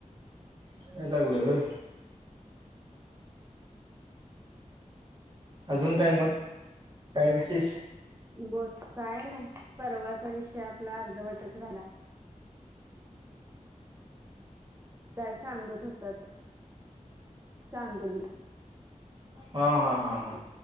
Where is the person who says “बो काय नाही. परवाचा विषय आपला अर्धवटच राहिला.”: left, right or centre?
Right